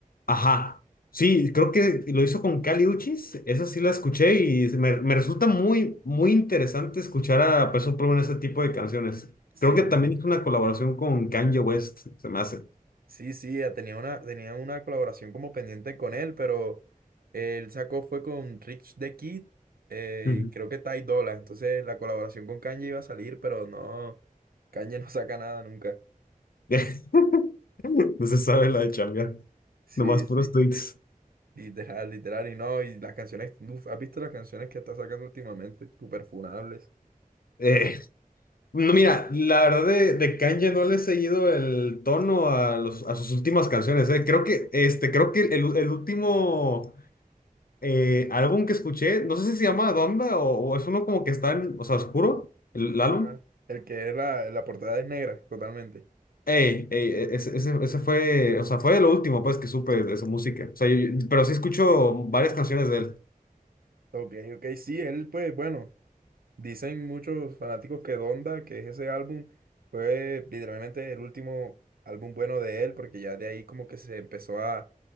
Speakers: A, on the left; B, on the right.
A: Ajá. Sí, creo que lo hizo con Kali Uchis, esa sí la escuché y se me, me resulta muy, muy interesante escuchar a Peso Pluma en ese tipo de canciones.
B: Sí,
A: Creo que también hizo una colaboración con Kanye West, se me hace.
B: Sí, sí, ya tenía una, tenía una colaboración como pendiente con él, pero él sacó fue con Rich the Kid eh,
A: Ujú.
B: y creo que Ty Dolla. Entonces la colaboración con Kanye iba a salir, pero no, Kanye no saca nada nunca.
A: <laughs> No se sabe la de chambear,
B: Sí,
A: nomás puros
B: sí,
A: tweets.
B: literal, literal. Y no, y las canciones, uf, ¿has visto las canciones que está sacando últimamente? Súper funables.
A: Eh, no, mira, la verdad de, de Kanye no le he seguido el tono a, los, a sus últimas canciones, eh. Creo que, este, creo que el, el último eh, álbum que escuché, no sé si se llama Donda o, o es uno como que está en, o sea, oscuro, el, el álbum.
B: Ajá. El que es la, la portada es negra, totalmente.
A: Ey, ey, e- ese, ese- ese fue, o sea, fue lo último pues que supe de su música. O sea, yo- pero sí escucho varias canciones de él.
B: Ok, ok, sí, él pues bueno. Dicen muchos fanáticos que Donda, que es ese álbum, fue literalmente el último álbum bueno de él, porque ya de ahí como que se empezó a,